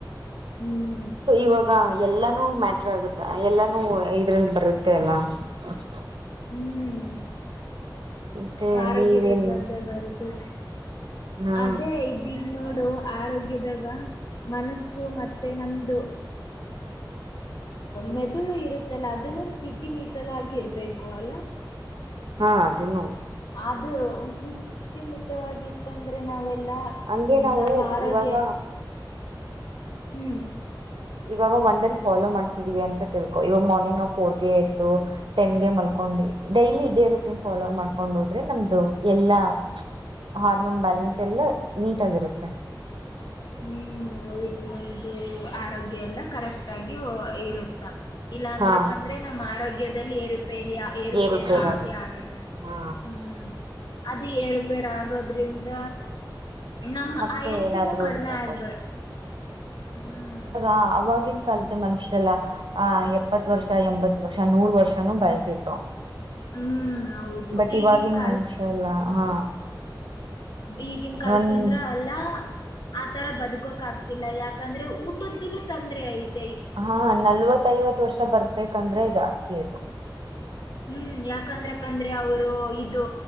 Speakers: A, on the left; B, on the right.
A: ಹ್ಮ್
B: ಸೊ ಇವಾಗ ಎಲ್ಲಾನೂ ಮ್ಯಾಟ್ರ ಆಗುತ್ತ ಎಲ್ಲಾನೂ ಇದ್ರಲ್ಲಿ ಬರುತ್ತೆ ಅಲ್ಲ ಹ <inaudible>
A: ಹ್ಮ್
B: ಮತ್ತೆ
A: ಆರೋಗ್ಯದಾಗ
B: ನೀವೇನ್
A: ಬಂದೇ ಬರುತು
B: ಹಾ
A: ಅದೇ ಈಗ್ ನೋಡು ಆರೋಗ್ಯದಾಗ ಮನಸ್ಸು ಮತ್ತೆ ನಮ್ದು ಮೆದುಳು ಇರುತ್ತಲ್ಲ ಅದನ್ನು ಸ್ಥಿತಿಮಿತವಾಗಿ ಇರಬೇಕು ಅಲ್ಲ
B: ಹಾ ಅದನ್ನು
A: ಅದು ಉಸ ಸ್ಥಿತಿಮಿತವಾಗಿತ್ತಂದ್ರೆ ನಾವೆಲ್ಲಾ
B: ಹಂಗೆ
A: ಹ್ಮ
B: ನಾವು
A: ನಮ್ಮ ಆರೋಗ್ಯ
B: ಇವಾಗ
A: ಹ್ಮ್
B: ಇವಾಗ ಒಂದನ ಫಾಲೋ ಮಾಡ್ತಿದೀವಿ ಅಂತ ತಿಳ್ಕೊ. ಇವಾಗ ಮಾರ್ನಿಂಗ್ ನಾವು ಫೋರ್ಗೆ ಎದ್ದು, ಟೆನ್ಗೆ ಮಲ್ಕೊಂಡಿ, ಡೈಲಿ ಇದೇ ರುಟೀನ್ ಫಾಲೋ ಮಾಡ್ಕೊಂಡು ಹೋದ್ರೆ ನಮ್ದು ಎಲ್ಲಾ, ಮ್ಚ ಹಾರ್ಮೋನ್ ಬ್ಯಾಲೆನ್ಸ್ ಎಲ್ಲ ನೀಟ್ ಆಗಿರುತ್ತೆ.
A: ಹ್ಮ್ ಹೌದು ನಮ್ದು ಆರೋಗ್ಯ ಎಲ್ಲ ಕರೆಕ್ಟ್ ಆಗಿ ಇರುತ್ತ. ಇಲ್ಲ ಅಂದ್ರಪ್ಪ
B: ಹಾ
A: ಅಂದ್ರೆ ನಮ್ಮ್ ಆರೋಗ್ಯದಲ್ಲಿ ಏರುಪೇರಿಯ. ಏರುಪೇರು
B: ಏರುಪೇರಾಗುತ್ತೆ
A: ಆಗೆ ಆಗತ್ತ
B: ಹಾ
A: ಹ್ಮ್ ಅದು ಏರುಪೇರ್ ಆಗೋದ್ರಿಂದ... ನಮ್
B: ಮತ್ತೆ
A: ಆಯಸ್ಸನ್ನು
B: ಏನಾದ್ರು ಸ್ಟಾರ್ಟ್
A: ಆಗ್ಬೇಡ ಹ್ಮ್...
B: ಆ... ಅವಾಗಿನ ಕಾಲದ ಮನುಷ್ಯರೆಲ್ಲಾ.. ಆ ಎಪ್ಪತ್ತ ವರ್ಷ ಎಂಬತ್ತ ವರ್ಷ ನೂರ್ ವರ್ಷನೂ ಬಾಳ್ತಿದ್ರು.
A: ಹ್ಮ್ ಹೌದು
B: ಬಟ್ ಇವಾಗಿನ
A: ಈಗಿನ ಕಾಲದ
B: ಮನುಷ್ಯ ಅಲ್ಲ ಹಾ!
A: ಈಗಿನ ಕಾಾಲ
B: ಒಂದ್
A: ಜನರ ಅಲ್ಲಾ ಆತರ ಬದ್ಕೋಕ್ ಆಗ್ತಿಲ್ಲ. ಯಾಕಂದ್ರೆ ಊಟದ್ದುನು ತೊಂದರೆ ಅಯ್ತಿ.
B: ಹಾ ನಲ್ವತ್ತ ಐವತ್ತ ವರ್ಷ ಬರ್ಬೇಕಂದ್ರೆ ಜಾಸ್ತಿ ಆಯ್ತು.
A: ಹ್ಮ್ ಯಾಕಂದ್ರಪ್ಪ ಅಂದ್ರೆ ಅವರು ಇದು